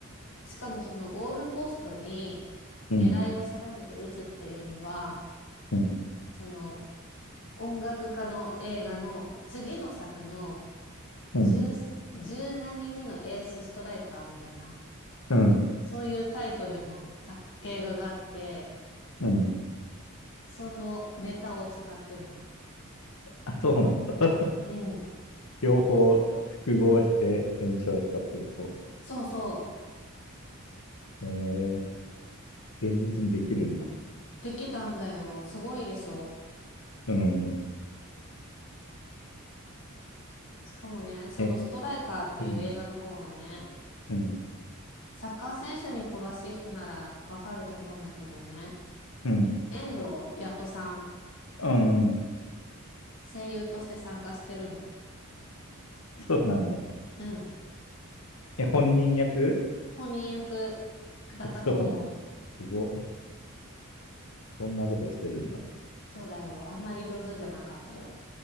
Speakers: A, on the left; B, on the left.
A: しかもそのゴールポストに狙いを定めて打つっていうのは、
B: うん、うん、
A: その音楽家の映画の次の作の
B: うん、
A: 十、十何人目のエースストライカーみたいな、
B: うん、
A: そういうタイトルの作映画があって、
B: うん。
A: そのネタを使ってるの。
B: あ、そうなんだ。
A: うん。
B: 両方複合して検証したってこ
A: そうそう。
B: とえー、現実にできるんだ。
A: できたんだよ。すごいでしょ。
B: うん。
A: しかもね、そのストライカーっていう映画の方はね、
B: え、うん、うん、
A: サッカー選手に詳しい人ならわかると思うんだけどね、
B: うん、
A: 遠藤やっとさん、
B: うん。
A: 声優として参加してるの。
B: そうなんだ。
A: うん。
B: え、本人役
A: 本人役
B: <laughs>
A: だったと思う。
B: そうなんだ。すご。そんなことしてるんだ。
A: そうだよ。あんまり上手じゃなかったよ。